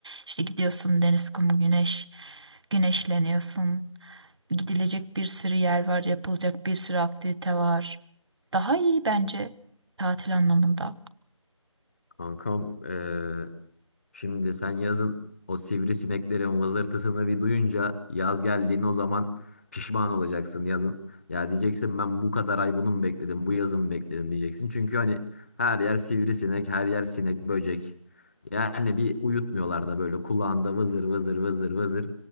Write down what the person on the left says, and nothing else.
Kankam eee, şimdi sen yazın o sivrisineklerin vızırtısını bir duyunca yaz geldiğini o zaman pişman olacaksın yazın. Ya diyeceksin ben bu kadar ay bunu mu bekledim bu yazı mı bekledim diyeceksin. Çünkü hani her yer sivrisinek her yer sinek böcek. Yani bir uyutmuyorlar da böyle kulağında vızır vızır vızır vızır.